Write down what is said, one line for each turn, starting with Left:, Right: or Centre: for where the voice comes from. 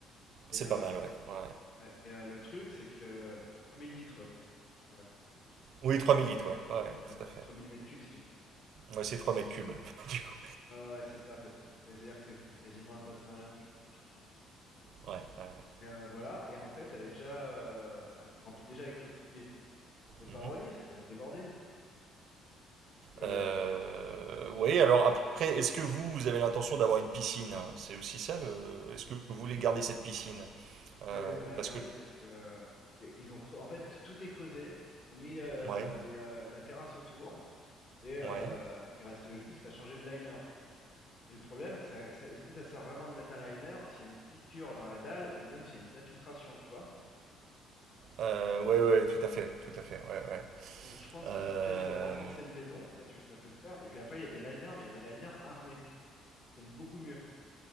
Right: c'est
Left: Et, euh,
Right: pas mal, ouais. Ouais.
Left: ouais, et euh, le truc, c'est que euh, 3000 litres plutôt, qu'est-ce que je raconte? 3000 Ah,
Right: Oui,
Left: trois
Right: trois
Left: mille
Right: mille
Left: litres.
Right: litres, ouais. Ouais,
Left: Ouais,
Right: tout
Left: parce
Right: à fait.
Left: que 3000 mètres cubes, c'est gigantesque.
Right: Ouais, c'est 3 mètres cubes <laughs> du coup.
Left: Ouais, ouais, ouais, c'est ça, parce que c'est-à-dire que c'est- j'ai quasiment un bassin olympique, quoi, je crois. en 3000.
Right: Ouais, ouais. ouais.
Left: Mais euh, voilà, et en fait, elle est déjà, euh, elle se remplit déjà avec l'eau de pluie et tout, donc on peut pas
Right: Mhm.
Left: relier parce que ça va déborder. Donc euh,
Right: Euh, oui, alors après, est-ce que vous, vous avez l'intention d'avoir une piscine? C'est aussi ça le... Est-ce que vous voulez garder cette piscine? Euh,
Left: oui, oui, on va la
Right: parce
Left: garder
Right: que...
Left: parce que euh, c'est- ils ont creu- en fait t- tout est creusé, ils ont mis euh,
Right: Ouais,
Left: les, euh, la terrasse autour et euh,
Right: ouais.
Left: il reste juste à changer le liner, quoi. Mais le problème, ça- ça- est-ce que ça sert vraiment de mettre un liner s'il y a une fissure dans la dalle ou même s'il y a des infiltrations, tu vois?
Right: Euh, ouais, ouais, tout à fait, tout à fait, ouais, ouais.
Left: Donc je pense
Right: Euh,
Left: qu'il faut peut-être euh, renforcer le béton, ça, tu, ça peut se faire. Et puis après, il y a des liners, mais il y a des liners armés qui tiennent beaucoup mieux.